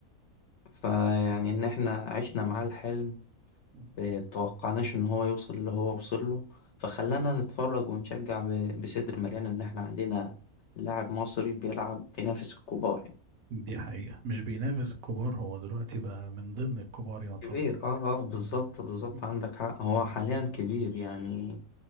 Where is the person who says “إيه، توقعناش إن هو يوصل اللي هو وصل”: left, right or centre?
Left